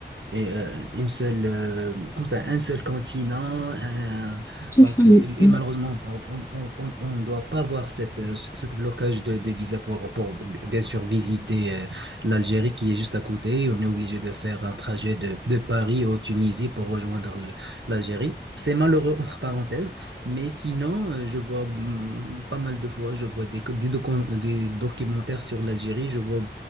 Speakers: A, on the right; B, on the left.
A: et, euh, une seule, euh, comme ça, un seul continent. un-
B: Sauf
A: donc,
B: famille,
A: euh, et
B: oui,
A: malheureusement, pas- on on- on- on ne doit pas voir cette, euh, ce- cette blocage de, de visa pour, pour, bien sûr, visiter euh, l'Algérie qui est juste à côté. On est obligé de faire un trajet de, de Paris au Tunisie pour rejoindre l- l'Algérie. C'est malheureux, entre parenthèses. Mais sinon, euh, je vois hum, pas mal de fois, je vois des, co- des, docu- des documentaires sur l'Algérie. Je vois,